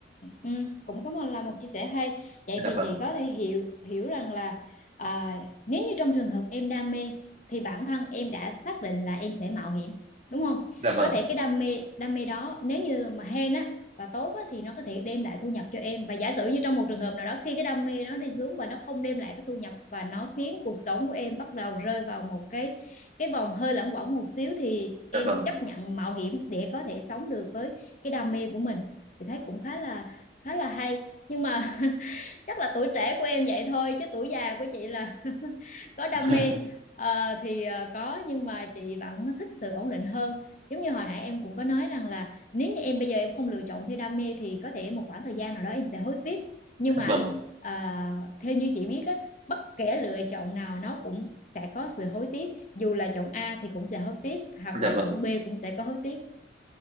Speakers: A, on the left; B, on the right.
A: Ừ, cũng có một là một chia sẻ hay. Vậy
B: dạ
A: thì
B: vâng
A: chị có thể hiểu hiểu rằng là à, nếu như trong trường hợp em đam mê thì bản thân em đã xác định là em sẽ mạo hiểm, đúng không?
B: dạ vâng
A: Có thể cái đam mê đam mê đó nếu như mà hên á và tốt á thì nó có thể đem lại thu nhập cho em và giả sử như trong một trường hợp nào đó khi cái đam mê nó đi xuống và nó không đem lại cái thu nhập và nó khiến cuộc sống của em bắt đầu rơi vào một cái cái vòng hơi luẩn quẩn một xíu thì em
B: dạ vâng
A: chấp nhận mạo hiểm để có thể sống được với cái đam mê của mình chị thấy cũng khá là khá là hay nhưng mà <laughs> chắc là tuổi trẻ của em vậy thôi chứ tuổi già của chị là <laughs> có đam
B: <laughs>
A: mê ờ, thì ờ, có nhưng mà chị vẫn thích sự ổn định hơn giống như hồi nãy em cũng có nói rằng là nếu như em bây giờ em không lựa chọn theo đam mê thì có thể một khoảng thời gian nào đó em sẽ hối tiếc nhưng
B: dạ
A: mà
B: vâng
A: ờ, theo như chị biết á bất kể lựa chọn nào nó cũng sẽ có sự hối tiếc dù là chọn A thì cũng sẽ hối tiếc hoặc
B: dạ
A: là chọn
B: vâng
A: B cũng sẽ có hối tiếc